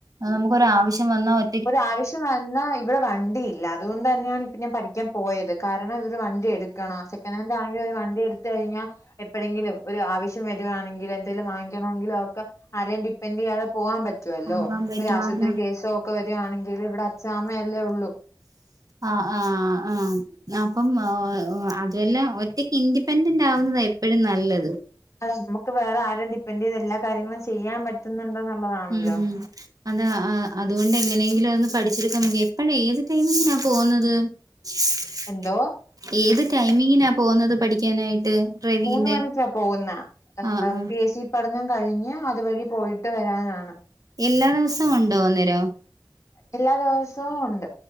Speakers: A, on the right; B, on the left.
A: നമുക്ക് ഒരു ആവശ്യം വന്നാ ഒ
B: ഒരുആവശ്യം വന്നാൽ ഇവിടെ വണ്ടി ഇല്ല അതുകൊണ്ട് തന്നെയാണ് ഇപ്പൊ ഞാൻ പഠിക്കാൻ പോയത് കാരണം ഒര് വണ്ടി എടുക്കണം സെക്കനാൻഡ് ആണെങ്കിൽ ഒരു വണ്ടി എടു കഴിഞ്ഞാൽ എപ്പോഴെങ്കിലും ഒരു ആവശ്യം വരുവാണെങ്കിലും എന്തെലും വാങ്ങിക്കണമെങ്കിലും ഒക്കെ ആരെയും ഡിപ്പെെൻഡ് ചെയ്യാതെ പോകാൻ പറ്റുവല്ലോ
A: പോകാൻ പറ്റും
B: ഒരു ആശുപത്രി
A: അത്
B: കേസോ കൊ വരിവാണെങ്കിൽ ഇവിടെ അച്ചാമ്മയല്ലേ ഉള്ളൂ
A: ആഹ് ആഹ് ആഹ് അപ്പം അ അതുവല്ല ഒറ്റക്ക് ഇൻഡിപെൻഡന്റ് ആവുന്നതാ എപ്പോഴും നല്ലത്
B: അതെ നമുക്ക് വേറെ ആരേം ഡിപ്പെൻഡ് ചെയ്ത് എല്ലാ കാര്യങ്ങളും ചെയ്യാൻ പറ്റുന്നുണ്ട് ന്നുള്ളതാണല്ലോ
A: ഉം ഉം അതാ അതുകൊണ്ട് എങ്ങനെയെങ്കിലും അത് പഠിച്ചെടുക്കാൻ <unintelligible> എപ്പോഴാ ഏത് ടൈമിംഗിനാ പോകുന്നത്? <unintelligible>
B: എന്തോ
A: ഏത് ടൈംമിങ്ങിനാ പോകുന്നത് പഠിക്കാനായിട്ട്? ഡ്രൈവിങ്ങിന്റെ
B: മൂന്ന് മണിക്കാ പോകുന്നേ. <unintelligible>
A: ആ ആ
B: പി എസ് സി പഠനം കഴിഞ്ഞ് അതുവഴി പോയിട്ട് വരാനാണ്
A: എല്ലാ ദിവസവും ഉണ്ടോ അന്നേരം?
B: എല്ലാ ദിവസവും ഉണ്ട്